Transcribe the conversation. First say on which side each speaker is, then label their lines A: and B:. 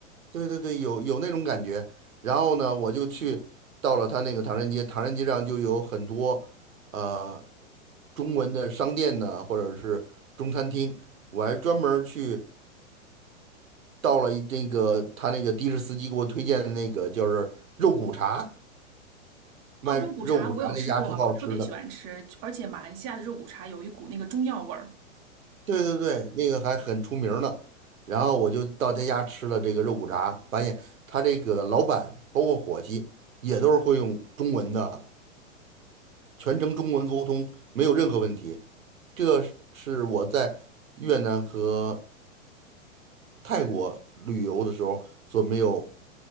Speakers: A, on the right (about 85°); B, on the right (about 25°).
A: 对对对，有有那种感觉。然后呢，我就去到了他那个唐人街，唐人街上就有很多呃中文的商店呢，或者是中餐厅，我还专门儿去。到了一那个他那个的士司机给我推荐的那个，就是肉骨茶，卖肉骨茶那家挺好吃的。
B: 哦，肉骨茶我有吃过，我特别喜欢吃，而且马来西亚的肉骨茶有一股那个中药味儿。
A: 对对对，那个还很出名儿呢。然后我就到他家吃了这个肉骨茶，发现他这个老板包括伙计也都是会用中文的，全程中文沟通，没有任何问题。这是是我在越南和泰国旅游的时候所没有